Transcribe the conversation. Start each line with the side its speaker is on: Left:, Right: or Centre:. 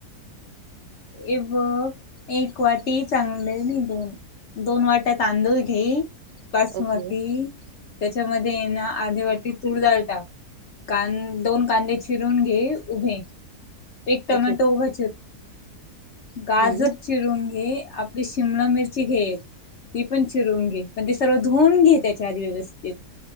Left: हे बघ एक वाटी चांगले भिजवुन. दोन वाट्या तांदूळ घे बासमती
Right: ओके
Left: त्याच्यामध्ये ना आर्धी वाटी तूरडाळ टाक. कां दोन कांदे चिरून घे उभे. एक टोमॅटो
Right: ओके
Left: उभा गाजर
Right: हम्म
Left: चिरून घे, आपली शिमला मिरची घे. ती पण चिरून घे, पण ते सर्व धुवून घे त्याच्या आधी व्यवस्थित.